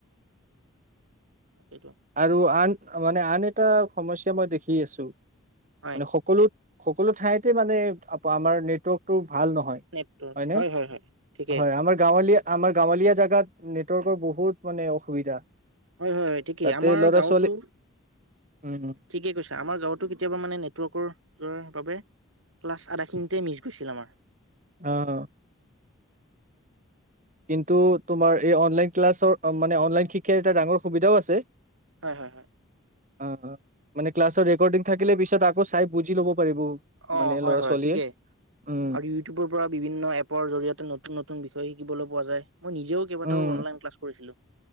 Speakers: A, on the right; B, on the right.
A: বাকী
B: আৰু আন মানে আন এটা সমস্যা মই দেখি আছো
A: হয়
B: মানে সকলোত সকলো ঠাইতে মানে আমাৰ নেটৱৰ্কতটো ভাল নহয়
A: নেটৱৰ্ক
B: হয়নে
A: হয় হয় হয় ঠিকেই
B: হয় আমাৰ গাঁৱলীয়া আমাৰ গাঁৱলীয়া জোগাত নেটৱৰ্কৰ বহুত মানে অসুবিধা
A: হয় হয় হয়। ঠিকেই
B: তাতে
A: আমাৰ
B: ল'ৰা
A: গাঁৱতো
B: ছোৱালী উম
A: ঠিকে কৈছা আমাৰ গাঁৱতো কেতিয়াবা মানে নেটৱৰ্কৰ যোৱাৰ বাবে ক্লাছ আধাখিনিতে মিচ গৈছিল আমাৰ
B: অহ। কিন্তু তোমাৰ এই অনলাইন ক্লাছৰ মানে অনলাইন শিক্ষাৰ এটা ডাঙৰ সুবিধাও আছে
A: হয় হয় হয়।
B: অ মানে ক্লাছৰ ৰেকৰ্ডিং থাকিলে পিছত আকৌ চাই বুজি ল'ব। পাৰিব
A: অ
B: মানে
A: হয়
B: ল'ৰা
A: হয়
B: ছোৱালীয়ে।
A: ঠিকেই
B: উম
A: আৰু ইউটিউবৰ পৰা বিভিন্ন এপৰ জৰিয়তে নতুন নতুন বিষয় শিকিবলৈ পোৱা যায় মই নিজেও কেইবটাও
B: উম
A: অনলাইন কলাছ কৰিছিলো।